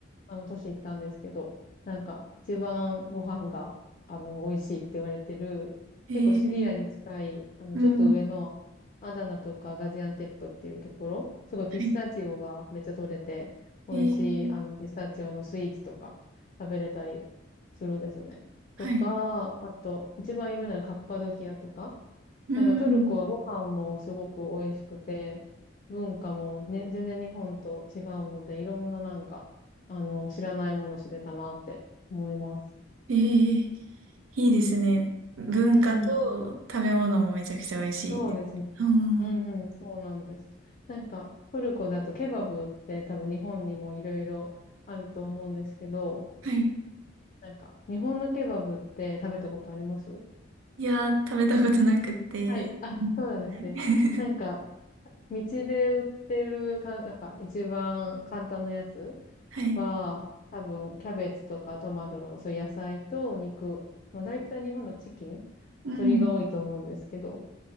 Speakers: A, on the left; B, on the right.
A: あの都市行ったんですけど、なんか一番ご飯があの美味しいって言われてる、
B: えー、
A: 結構シリアに近い、あのちょっと上のアダナとかガジアンテップっていうところ、
B: うん。は
A: すごいピスタチオがめっちゃ取れて、
B: い。
A: 美味しいあのピスタチオのスイーツとか食べれたり、
B: えー、
A: するんですよね。
B: はい。
A: とか、あと、一番有名なのはカッパドキアとか。
B: うん。
A: なんかトルコはご飯もすごく美味しくて、文化もね、全然日本と違うので、いろんななんか、あの、知らないもの知れたなって思います。
B: えー、いいですね。文化と食べ物もめちゃくちゃ美味しい。
A: うんうん。そうですね。
B: うん。
A: うんうん。そうなんです。なんか、トルコだとケバブって多分日本にもいろいろあると思うんですけど、
B: はい。
A: なんか、日本のケバブって食べたことあります
B: いやー、食べたことなくって。
A: はい。あ、
B: うん
A: そうなんですね。
B: <laughs>
A: なんか、道で売ってるか、なんか一番簡単なやつ
B: はい。
A: は、多分、キャベツとかトマトとか、そういう野菜と肉。まあ、大体日本のチキン、
B: うん。
A: 鶏が多いと思うんですけど、